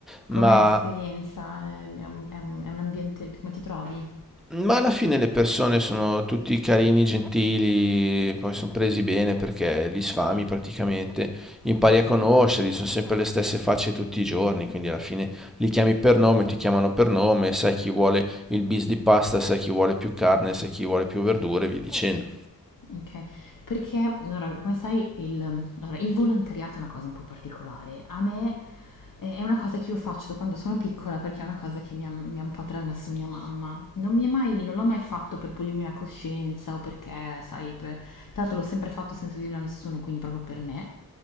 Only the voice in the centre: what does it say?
Ma
Ma alla fine le persone sono tutti carini, gentili, poi sono presi bene perché li sfami praticamente, impari
a conoscerli, sono sempre le stesse facce tutti i giorni, quindi alla fine li chiami per nome, ti chiamano per nome, sai chi vuole il bis di pasta, sai chi vuole più carne, sai chi vuole più verdure, e via dicendo.